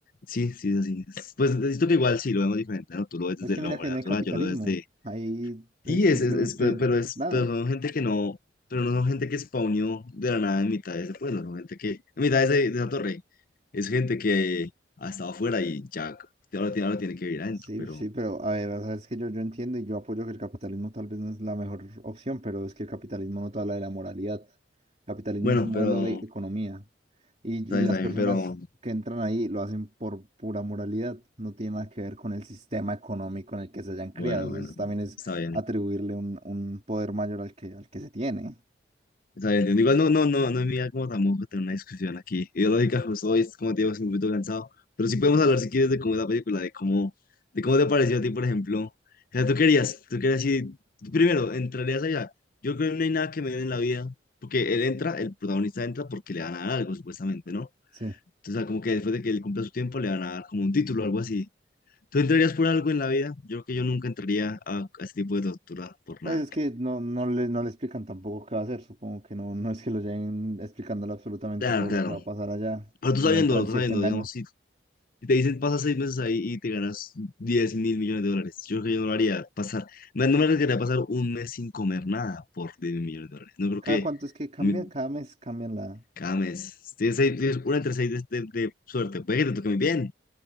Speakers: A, on the left (about 50°); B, on the right (about 40°).
A: sí, sí es así. Pues necesito que igual sí lo vemos diferente, ¿no? Tú lo ves
B: Pero
A: desde
B: es que
A: el
B: mira
A: hombre
B: que
A: natural,
B: no hay capitalismo,
A: yo lo veo desde
B: ahí
A: Y
B: es simplemente
A: es, es, es- pe- pero es,
B: nada.
A: pero son gente que no, pero no son gente que spawneó de la nada en mitad de ese pueblo, son gente que, en mitad de, ese- de esa torre, es gente que ha estado afuera y ya, ahora tiene, ahora tiene que vivir adentro,
B: Sí,
A: pero,
B: sí, pero a ver, o sea, es que yo, yo entiendo y yo apoyo que el capitalismo tal vez no es la mejor opción, pero es que el capitalismo no te habla de la moralidad. El capitalismo
A: bueno,
B: es un modelo
A: pero,
B: de economía y,
A: está
B: y
A: bien,
B: las
A: está bien,
B: personas
A: pero,
B: que entran ahí lo hacen por pura moralidad, no tiene nada que ver con el sistema económico en el que se hayan criado.
A: bueno,
B: Eso
A: bueno,
B: es- también es
A: está bien.
B: atribuirle un, un poder mayor al que, al que se tiene.
A: Está bien, entiendo. Igual no, no, no, no es mi idea como tampoco tener una discusión aquí ideológica, justo hoy, es como te digo, estoy un poquito cansado, pero sí podemos hablar si quieres de cómo es la película, de cómo, de cómo te pareció a ti, por ejemplo. O sea, tú querías, tú querías ir, tú primero, entrarías allá. Yo creo que no hay nada que me den en la vida, porque él entra, el protagonista entra porque le van a dar algo, supuestamente, ¿no?
B: Sí.
A: Entonces, o sea, como que después de que él cumpla su tiempo, le van a dar como un título o algo así. ¿Tú entrarías por algo en la vida? Yo creo que yo nunca entraría a, a ese tipo de tortura por
B: Pues
A: nada.
B: es que no, no le, no le explican tampoco qué va a hacer, supongo que no, no es que lo lleguen explicándole absolutamente
A: Claro,
B: todo
A: claro.
B: lo que va a pasar allá,
A: Pero
B: sino
A: tú sabiendo,
B: entran
A: tú
B: cierto
A: sabiendo,
B: engaño.
A: digamos, si Si te dicen pasa seis meses ahí y te ganas diez mil millones de dólares, yo creo que yo no lo haría pasar, no no me arriesgaría a pasar un mes sin comer nada por diez mil millones de dólares. No creo
B: ¿Cada
A: que
B: cuánto es que cambian?
A: mi-
B: Cada mes cambian la...
A: cada mes, tienes, seis- tienes una entre seis de, de- de suerte, puede que te toque muy bien,